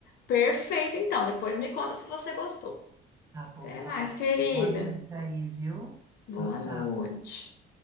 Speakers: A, on the left; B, on the right.
A: Perfeito, então. Depois me conta se você gostou.
B: Tá bom,
A: Até
B: valeu.
A: mais, querida.
B: Boa noite aí, viu?
A: Boa
B: Tchau, tchau.
A: noite.